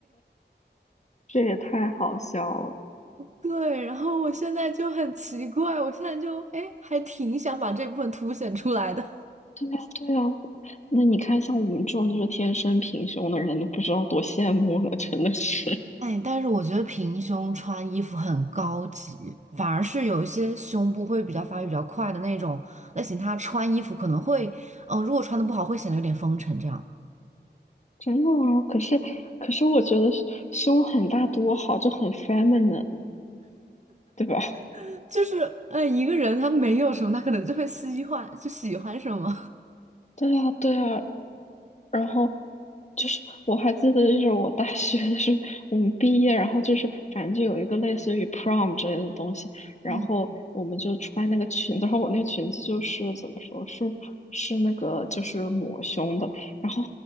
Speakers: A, on the left; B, on the right.
A: 这也太好笑了。
B: 对，然后我现在就很奇怪，我现在就哎，还挺想把这部分凸显出来的。
A: 对呀，对呀，那你看，像我们这种就是天生平胸的人，都不知道多羡慕了，真的是，
B: 哎，但是我觉得平胸穿衣服很高级，反而是有一些胸部会比较发育比较快的那种类型，她穿衣服可能会，嗯、如果穿的不好，会显得有点风尘这样。
A: 真的啊。可是，可是我觉得胸很大多好，就很 feminine，对吧？
B: <laughs> 就是，哎，一个人他没有什么，他可能就会喜欢，就喜欢什么。
A: <laughs> 对呀，对呀。然后就是我还记得，就是我大学的时候，我们毕业，然后就是反正就有一个类似于 prom 之类的东西，然后我们就穿那个裙子，
B: <laughs> 嗯，
A: 然后我那个裙子就是怎么说，是是那个就是抹胸的，然后